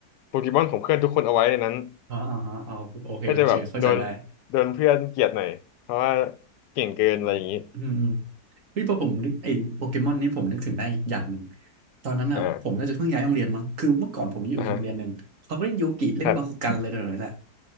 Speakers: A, on the left; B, on the right.
A: โปเกมอนของเพื่อนทุกคนเอาไว้ในนั้น
B: อ่าอ่าฮะเอาโอเคโอเคเข้าใจได้
A: ก็จะแบบโดนโดนเพื่อนเกลียดหน่อยเพราะว่าเก่งเกินอะไรอย่างนี้
B: อืมอืมเฮ้ยพอผมนึกไอ้โปเกมอนนี่ผมนึกถึงได้อีกอย่างหนึ่งตอนนั้นอ่ะผมน่าจะเพิ่งย้ายโรงเรียนมั้งคือเมื่อก่อนผมอยู่อีกโรงเรียนหนึ่งเขาก็เล่นโยกิเล่นบาคุกันอะไรต่ออะไรแหละ
A: อ่าอ่าฮะครับ